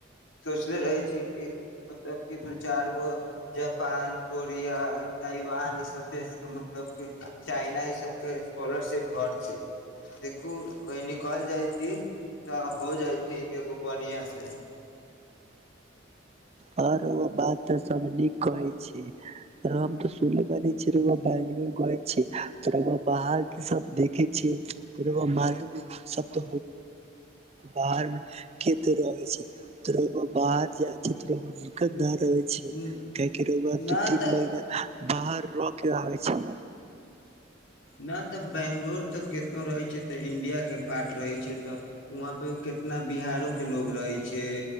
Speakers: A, on the left (about 75°); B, on the right (about 30°).
A: सोचने रहै छी। मतलब क दू चारि गो जापान कोरिया, ताइवान ई सब देश के मतलब क चाइना ई सब के स्कॉलरशिप भरति देखू की न कहि निकल हल जाय तऽ हो जाइतथि एगो बानिय आस
B: आर ओ बात तऽ सब न कहै छै। हम त सुल बनेै छी बंगलो गए छी, त बाहर के सब देखे छ मालू सब बाहर मे कते रहै छै। बाहर जा दिककतदार र छै
A: न
B: काएके रोवा दू ती
A: तऽ
B: महिना, बाहर र के आबै छै।
A: न तऽ बंगलोर तऽ केितनो रहै छै। तऽ इंडिया के पार्ट रहे छै। तऽ वहां पे कितना बिहारो के लोग रहे छै।